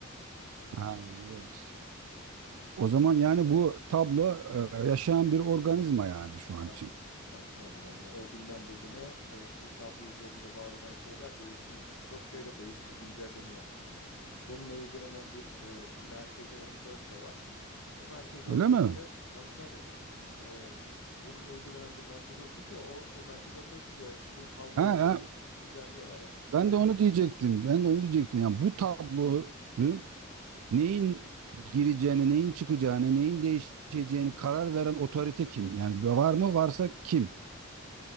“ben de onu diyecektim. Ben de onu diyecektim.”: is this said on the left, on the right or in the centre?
Right